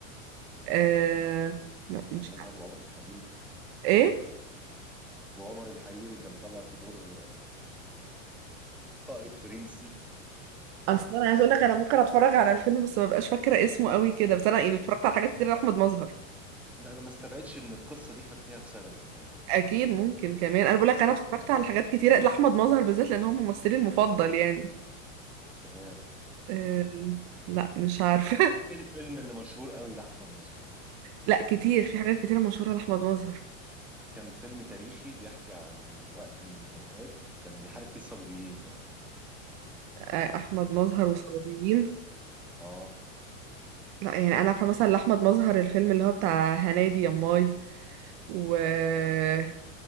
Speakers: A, on the right; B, in the centre.
A: آه... لا مش
B: احمد مظهر وعمر الحريري
A: ايه
B: وعمر الحريري كان طالع في دور قائد فرنسي ها،
A: اصلا انا عايز اقول لك انا ممكن اتفرج على الفيلم بس ما بقاش فاكره اسمه قوي كده بس انا يعني اتفرجت على حاجات كتير لاحمد مظهر
B: ده انا ما استبعدش ان القصه دي خدتيها في ثانوي كمان
A: اكيد ممكن كمان انا بقول لك
B: ثانوي
A: انا اتفرجت
B: إعدادي.
A: على حاجات كتير لاحمد مظهر بالذات لان هو ممثلي المفضل يعني
B: تمام
A: آه... لا مش عارفه
B: ايه الفيلم اللي مشهور قوي لاحمد مظهر
A: <laughs> لا كتير في حاجات كتير مشهوره لاحمد مظهر
B: كان فيلم تاريخي بيحكي عن وقت من الاوقات كان بيحارب فيه الصليبيين طيب
A: آه... احمد مظهر وصليبيين
B: اه
A: لا يعني انا عارفه مثلا لاحمد مظهر الفيلم اللي هو بتاع هنادي يا ماي و آه،